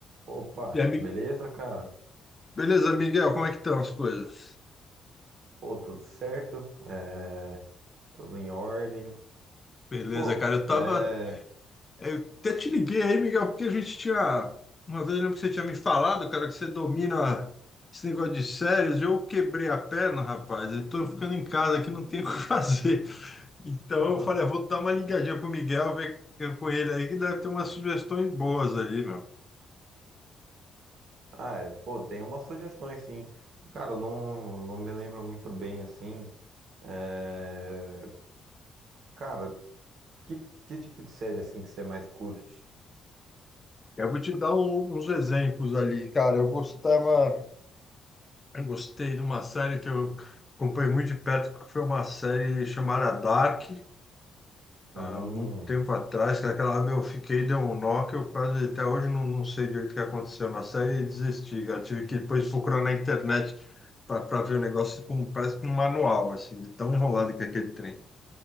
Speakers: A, on the right; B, on the left.
A: Opa,
B: E aí, mi-
A: beleza, cara?
B: Beleza, Miguel, como é que estão as coisas?
A: Pô, tudo certo? É, tudo em ordem.
B: Beleza,
A: Pô,
B: cara. Eu tava.
A: é.
B: é, Eu até te liguei aí, Miguel, porque a gente tinha. Uma vez eu lembro que você tinha me falado, cara, que você domina esse negócio de séries. Eu quebrei a perna, rapaz. Eu tô ficando em casa aqui, não tenho <laughs> o que fazer. Então
A: <laughs>
B: eu falei, ah, vou dar uma ligadinha pro Miguel, ver com ele aí, que deve ter umas sugestões boas ali, meu.
A: Ah, é, pô, tem umas sugestões, sim. Cara, eu não, não me lembro muito bem, assim. É, Cara, que, que tipo de série, assim, que você mais curte?
B: Eu vou te dar um- uns exemplos ali, cara. Eu gostava. Eu gostei de uma série que eu acompanhei muito de perto, que foi uma série chamada Dark,
A: Hum,
B: há muito tempo atrás, que é aquela lá, meu, eu fiquei, deu um nó, que eu quase até hoje não, não sei direito o que aconteceu na série e desisti. Eu tive que depois procurar na internet para ver o negócio, como, parece que um manual, assim, de tão enrolado que é aquele trem.